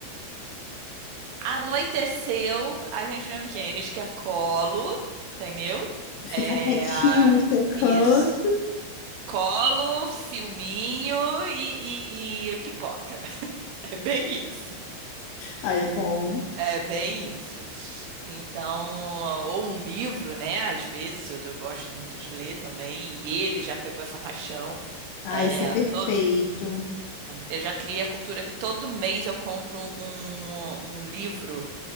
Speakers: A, on the right; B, on the left.
A: Anoiteceu, a gente não é ninguém. A gente quer colo, entendeu?
B: Ficar
A: É,
B: quietinho
A: a-
B: no seu can.
A: isso. Colo, filminho e, e e pipoca. <laughs> É bem isso.
B: Ai, é bom.
A: É bem isso. Então, ou um livro, né? Às vezes eu, eu gosto muito de ler também, e ele já pegou essa paixão.
B: Ai,
A: É,
B: isso é perfeito.
A: todo, eu já criei a cultura que todo mês eu compro um, um livro